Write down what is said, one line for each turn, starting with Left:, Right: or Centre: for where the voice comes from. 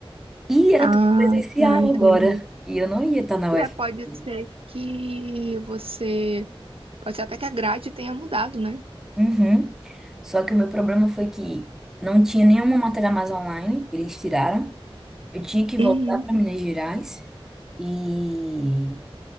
Centre: E era
Right: Ah,
Centre: tudo presencial
Right: tá, entendi.
Centre: agora. E eu não ia estar na
Right: Né,
Centre: UFRJ.
Right: Pode ser que você Pode ser até que a grade tenha mudado, né?
Centre: Uhum. Só que o meu problema foi que não tinha nenhuma matéria mais online, eles tiraram. Eu tinha que voltar
Right: Uhum,
Centre: para Minas Gerais e